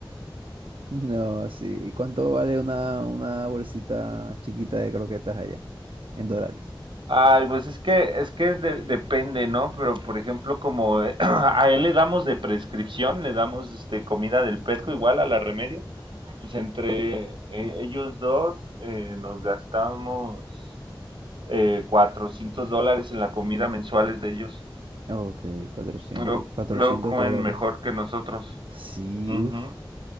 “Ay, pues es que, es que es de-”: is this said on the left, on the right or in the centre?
Right